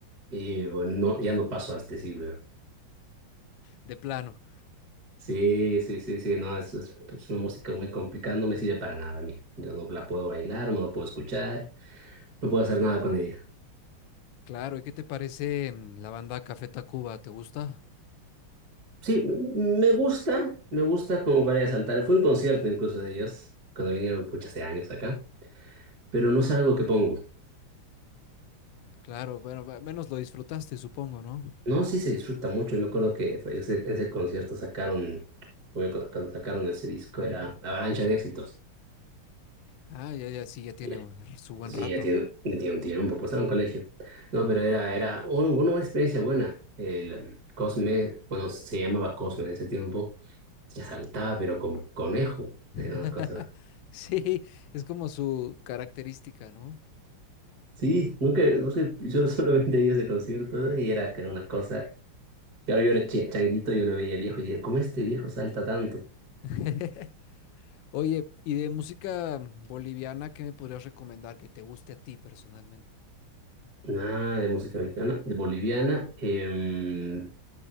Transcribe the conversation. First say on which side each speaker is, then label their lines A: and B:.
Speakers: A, on the right; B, on the left.
A: Y bueno, no, ya no paso a este siglo.
B: de plano.
A: Sí, sí, sí, sí, no, es, es, es una música muy complicada, no me sirve para nada a mí. Yo no la puedo bailar, no la puedo escuchar, no puedo hacer nada con ella.
B: Claro, ¿y qué te parece mm, la banda Café Tacuba? ¿Te gusta?
A: Sí, m- me gusta, me gusta como para ir a saltar. Fue un concierto incluso de ellos, cuando vinieron, pucha, hace años acá. pero no es algo que pongo.
B: Claro, bueno, al menos lo disfrutaste, supongo, ¿no?
A: No, sí se disfruta mucho. y Me acuerdo que fue ese, ese concierto sacaron, fue cu- cuando sacaron ese disco, era Avalancha de Éxitos.
B: Ah, ya, ya, sí, ya tiene
A: Y-
B: mm, su buen
A: Sí,
B: rato.
A: ya tiene, ya tiene un tiempo, pues estaba en colegio. No, pero era, era un- una experiencia buena. El Cosme, bueno, se llamaba Cosme en ese tiempo, ya saltaba, pero como conejo.
B: <laughs>
A: Era una cosa.
B: Sí, es como su característica, ¿no?
A: Sí, nunca, no sé, <laughs> yo solamente vi ese concierto ¿no? y era que una cosa. Claro, yo era chi- changuito, yo lo veía viejo y dije, ¿cómo este viejo salta tanto?
B: <laughs> Oye, y de música boliviana, ¿qué me podrías recomendar que te guste a ti personalmente?
A: Nada de música mexicana, de boliviana. em,